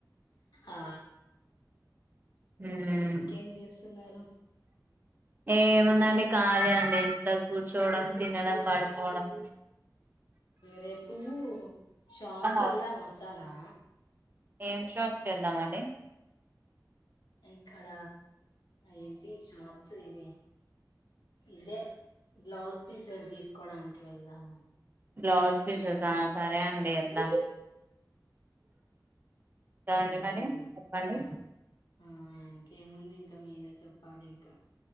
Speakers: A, on the left (about 75°); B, on the right (about 25°).
A: ఆ
B: ఉమ్
A: ఇంకేం చేస్తున్నారు
B: ఏముందండి ఖాళీ అండి ఇంట్లో కూర్చోవడం తినడం పడిపోవడం
A: రేపు షాప్కి
B: అవుతుంది
A: వెళ్దాం వస్తారా
B: ఏం షాప్కి వెళ్దామ అండి
A: ఇక్కడ ఏంటి షార్ప్స్ ఇవి ఇదే బ్లౌజ్ పీసెస్ తీసుకోడానికి వెళ్దాము
B: బ్లౌజ్ పీససా సరే అండిద్దా దండి
A: పోని
B: మరి
A: అంది
B: చెప్పండి
A: <inaudible> ఆ ఇంకేముంది ఇంకా మీరే చెప్పాలి ఇంకా